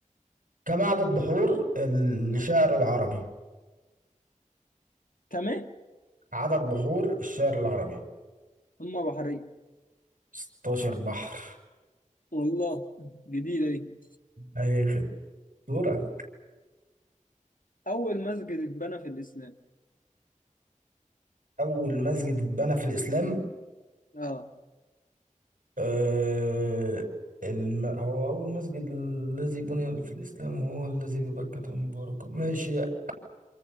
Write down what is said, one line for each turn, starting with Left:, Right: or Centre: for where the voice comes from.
Right: كم عدد بحور الشعر العربي
Left: كمان
Right: عدد بحور الشعر العربي
Left: هما بحرين
Right: 16 بحر
Left: والله جديدة دي
Right: اي خدمة دورك
Left: اول مسجد اتبنى في الاسلام
Right: اول مسجد اتبنى في الاسلام
Left: اه
Right: آه الم... هو اول مسجد الذي بني في الاسلام هو الذي ببكة مباركة ماشي <clears throat>